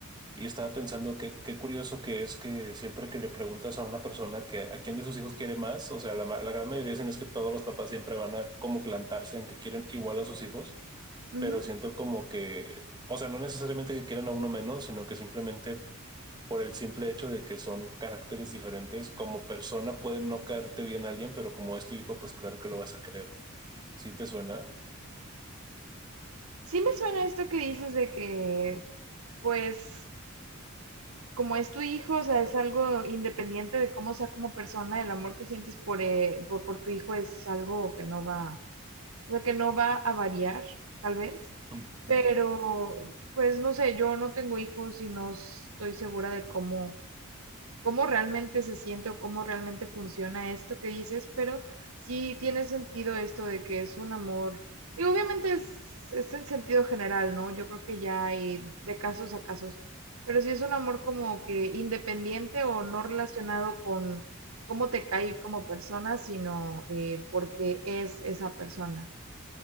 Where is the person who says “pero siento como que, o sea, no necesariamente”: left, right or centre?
Right